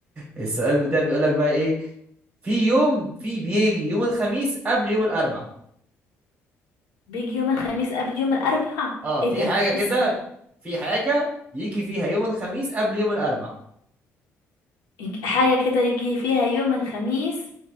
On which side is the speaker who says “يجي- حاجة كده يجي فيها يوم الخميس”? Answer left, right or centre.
Left